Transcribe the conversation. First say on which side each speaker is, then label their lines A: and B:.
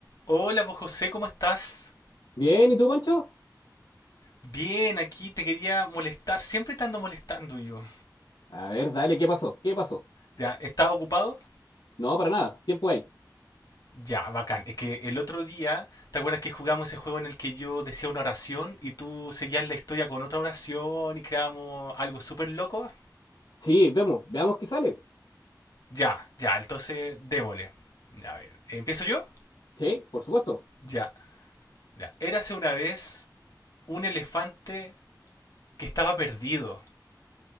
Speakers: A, on the left; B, on the left.
A: Hola, vos José, ¿cómo estás?
B: Bien, ¿y tú, Pancho?
A: Bien, aquí te quería molestar. Siempre te ando molestando yo.
B: A ver, dale, ¿qué pasó? ¿Qué pasó?
A: Ya, ¿estás ocupado?
B: No, para nada, tiempo hay.
A: Ya, bacán. Es que el otro día, ¿te acuerdas que jugamos ese juego en el que yo decía una oración y tú seguías la historia con otra oración y creamos algo súper loco?
B: Sí, vemos, veamos qué sale.
A: Ya, ya, entonces démosle. A ver, ¿empiezo yo?
B: Sí, por supuesto.
A: Ya, ya. Érase una vez un elefante que estaba perdido.